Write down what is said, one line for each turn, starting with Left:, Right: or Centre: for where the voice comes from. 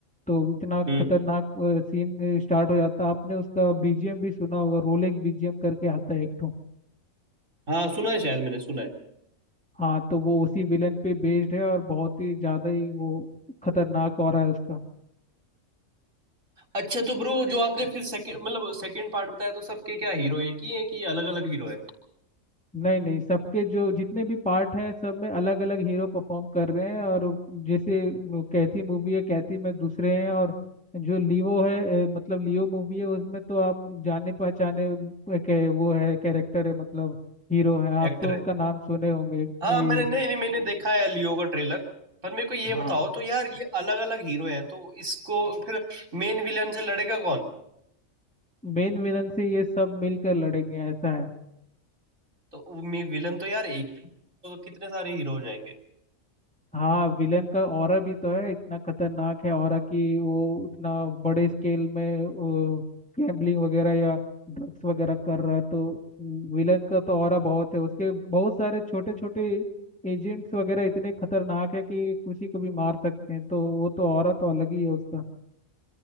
Centre: तो इतना
Right: हम्म
Centre: खतरनाक सीन स्टार्ट हो जाता है आपने उसका बीजीएम भी सुना होगा रोलेक्स बीजीएम करके आता है एक ठो
Right: हाँ सुना है शायद मैंने सुना है
Centre: हाँ तो वो उसी विलेन पे बेस्ड है और बहुत ही ज्यादा ही वो खतरनाक हो रहा है उसका
Right: अच्छा तो ब्रो जो आपने फिर सेकंड मतलब सेकंड पार्ट बताया तो सबके क्या हीरो एक ही है कि अलग अलग हीरो है
Centre: नहीं नहीं सबके जो जितने भी पार्ट हैं सब में अलग अलग हीरो परफॉर्म कर रहे हैं और जैसे कैथी मूवी है कैथी में दूसरे हैं और जो लीवो है अ, मतलब लियो मूवी है उसमें तो आप जाने पहचाने अ, के वो है कैरेक्टर है मतलब हीरो है आप
Right: एक्टर
Centre: तो उनका
Right: है
Centre: नाम सुने होंगे
Right: हाँ
Centre: ये
Right: मैंने नहीं नहीं मैंने देखा है लियो का ट्रेलर पर मेरे को ये
Centre: हाँ
Right: बताओ तो यार ये अलग अलग हीरो हैं तो इसको फिर मेन विलन से लड़ेगा कौन
Centre: मेन विलन से ये सब मिलकर लड़ेंगे ऐसा है
Right: तो विलन तो यार एक तो कितने सारे हीरो हो जाएंगे
Centre: हाँ विलन का ऑरा भी तो है इतना खतरनाक है ऑरा कि वो उतना बड़े स्केल में गैम्बलिंग वगैरह या ड्रग्स वगैरह कर रहा है तो विलन का तो ऑरा बहुत है उसके बहुत सारे छोटे छोटे एजेंट्स वगैरह इतने खतरनाक है कि किसी को भी मार सकते हैं तो वो तो ऑरा तो अलग ही है उसका